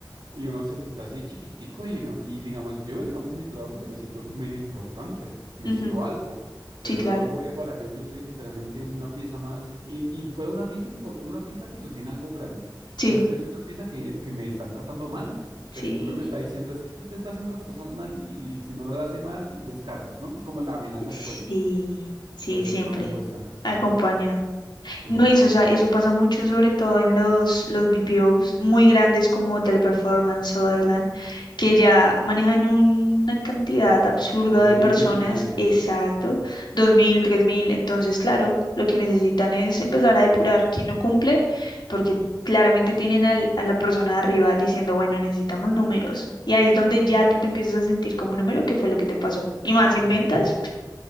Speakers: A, on the right; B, on the left.
A: Y uno se siente así chiquitico y uno, y digamos, yo, digamos, en mi trabajo, yo me siento medio importante, me
B: ujú.
A: siento algo, pero
B: Sí, claro,
A: luego voy para allá y yo soy literalmente una pieza más, y, y fuera una pieza, impor- una pieza que sostiene algo grande,
B: sí,
A: pero es que soy una pieza que, que me están tratando mal,
B: sí,
A: que mi jefe me está diciendo, es que usted está haciendo las cosas mal y si no lo hace mal, descargos, ¿no? Es como la amenaza
B: sí,
A: al cuello.
B: sí,
A: Entonces
B: siempre,
A: eso no me gusta, eso
B: acompañado.
A: no, eso, eso
B: No,
A: no me
B: eso,
A: gusta.
B: o sea, eso pasa mucho, sobre todo en los, los BPOs muy grandes como Hotel Performance, Sutherland, que ya manejan una cantidad absurda
A: Un volumen
B: de personas,
A: gigante,
B: exacto,
A: sí.
B: dos mil tres mil Entonces, claro, lo que necesitan es empezar a depurar quién no cumple, porque claramente tienen al- a la persona de arriba diciendo, bueno, necesitamos números. Y ahí es donde ya tú te empiezas a sentir como un número, que fue lo que te pasó. Y más en
A: Ujú,
B: ventas,